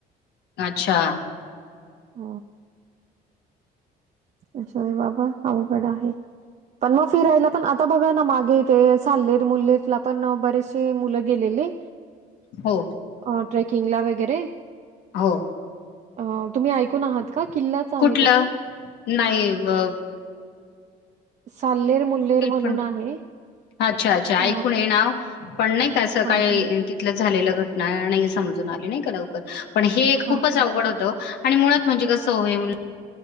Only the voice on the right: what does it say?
ह असंय बाबा अवघड आहे, पण मग फिरायला पण आता बघा ना मागे ते साल्लेर मुल्लेर ला पण बरेचसे मुलं गेलेले
अ ट्रेकिंग ला वगैरे
अ तुम्ही ऐकून आहात. का किल्लाच आहे
तो पण
साल्लेर मुल्लेर म्हणून
आहे
अ,
हां,
हां.
हां,
हां.